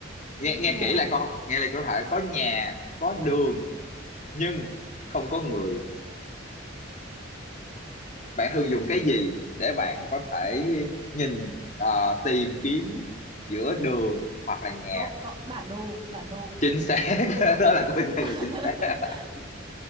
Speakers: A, on the left (about 35°); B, on the right (about 25°).
A: nghe
B: có nhà
A: nghe kỹ lại câu nghe lại câu hỏi có nhà có đường nhưng không có người bạn thường dùng cái gì để bạn có thể nhìn ờ, tìm kiếm giữa đường hoặc là nhà
B: có có bản đồ bản đồ
A: chính xác <laughs> đó là câu
B: <laughs>
A: trả lời chính xác